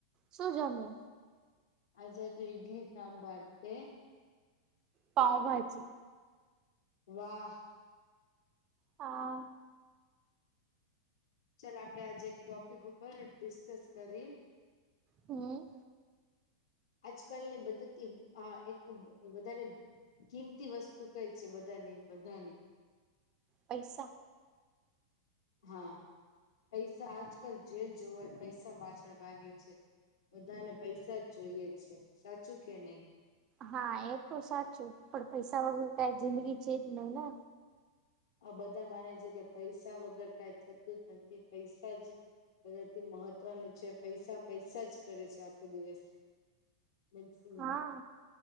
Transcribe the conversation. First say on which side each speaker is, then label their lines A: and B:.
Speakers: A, on the right; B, on the left.
A: શું જમુ
B: અજે ત ઈડલી સાબાર તે
A: પાવભાજી
B: વાહ
A: હા
B: ચાલ આપડે આજે એક ટોપિક ઉપર ડિસ્કસ કરી
A: હું
B: આજકાલની બદ્ધતિ આ એક વધારે કિંમતી વસ્તુ કઈ છે બધાની બધાની
A: પૈસા
B: હા પૈસા આજકાલ જે જો હોય પૈસા પાછળ ભાગે છે બધાને પૈસા જ જોઈએ છે સાચું કે નહી
A: હા એ તો સાચું પણ પૈસા વગર કઈ જિંદગી છે જ નહી ને
B: આ બધા માને છે કે પૈસા વગર કઈ થતું જ નથી. પૈસા જ બધાથી મહત્વનું છે. પૈસા પૈસા જ કરે છે આખો દિવસ. સેમ
A: હા
B: <unintelligible>